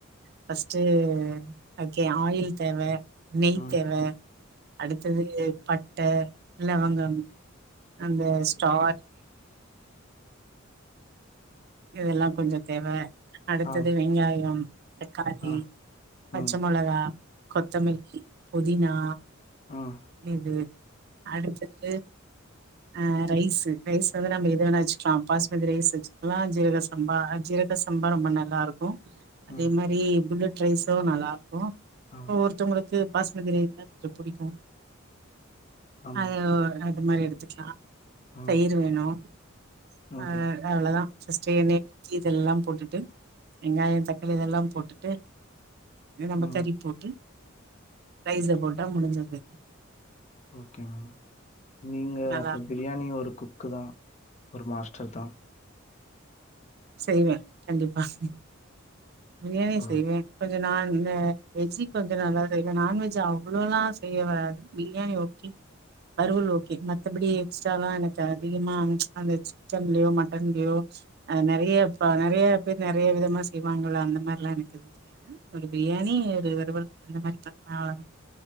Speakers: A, on the right; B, on the left.
A: ஃபஸ்ட்டு அதுக்கு ஆயில் தேவ நெய்
B: ம்
A: தேவ அடுத்தது பட்ட லவங்கம் அந்த ஸ்டார் இதெல்லா கொஞ்சோ தேவ அடுத்தது
B: ஆ
A: வெங்காயம் தக்காளி
B: ஆ
A: பச்ச
B: ம்
A: மொளகா கொத்தமல்லி புதினா
B: ம்
A: இது அடுத்தது அ ரைஸ்ஸு ரைஸ் வந்து நம்ம எது வேணா வெச்சுக்கலாம் பாஸ்மதிரைஸ்ஸு வெச்சு இல்லனா ஜீரக சம்பா ஜீரக சம்பா ரொம்ப நல்லா இருக்கு அதே
B: ம்
A: மாரி புல்லட் ரைஸு நல்லா இருக்கு
B: ஆ
A: ஓ ஒருத்தவங்களுக்கு பாஸ்மதி ரைஸ்தா கொஞ்சோ புடிக்கு
B: ஆமா
A: அதே ஒர் வேணா அது மாரி எடுத்துக்கலா
B: ம்
A: தயிர் வேணு <inaudible>
B: ஓகே
A: அவ்ளோதா ஃபஸ்ட்டு எண்ணெ ஊத்தி இதெல்லாம் போட்டுட்டு வெங்காயோ தக்காளி இதெல்லாம் போட்டுட்டு நம்ம
B: ம்
A: கறி போட்டு ரைஸ்ஸ போட்டா முடுஞ்சுருது
B: ஓகே மேம் நீங்க
A: நல்லாருக்கு
B: அப்போ பிரியாணி ஒரு குக்குதா ஒரு மாஸ்டர்தா
A: செய்வ கண்டிப்பா ம் பிரியாணி செய்வ
B: ஆ
A: கொஞ்சோ நா இந்த வெஜ்ஜு கொஞ்சோ நல்லா செய்வ நான்வெஜ்ஜு அவ்ளோ எல்லா செய்ய வராது பிரியாணி ஓகே வறுவல் ஓகே மத்தபடி எக்ஸ்ட்ரா எல்லா எனக்கு அதிகமா அந்த சிக்கன்லயோ மட்டன்லயோ ஆ நறையா பா நறையா பேர் நறையா விதமா செய்வாங் நல்லா அந்த மாரி எல்லா இருக்குது <inaudible> ஒரு பிரியாணி ஒரு வறுவல் அந்த மாரி ஆ அவ்ளதா